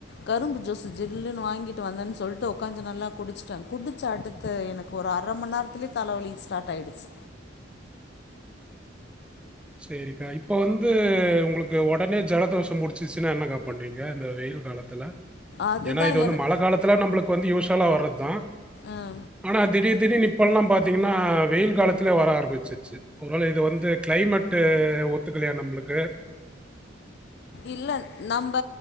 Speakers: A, on the left; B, in the centre.
A: கரும்பு ஜூஸு ஜில்லுன்னு வாங்கிட்டு வந்தன்னு சொல்லிட்டு உக்காந்து கொஞ்சோ நல்லா குடிச்சுட்ட குடிச்ச அடுத்து எனக்கு ஒரு அரமண் நேரத்துலையே தலவலி ஸ்டார்ட் ஆகிடுச்சு
B: செரிக்கா இப்ப வந்து உங்களுக்கு ஒடனே ஜலதோஷ புடிச் சுன்னா என்னகா பண்ணுவிங்க இந்த வெய்யில் காலத்துல
A: அதுதா
B: ஏன்னா இது வந்து
A: என
B: மழ காலத்துல நம்ளுக்கு வந்து யூசலா வர்றதா
A: அ
B: ஆனா திடீர் திடீர்னு இப்பெல்லா பாத்திங்கன்னா வெய்யில் காலத்துல வர ஆரம்பிச்சிச்சு ஒருவேள இது வந்து கிளைமேட்டு ஒத்துக்கலையா நம்ளுக்கு
A: இல்ல நம்ப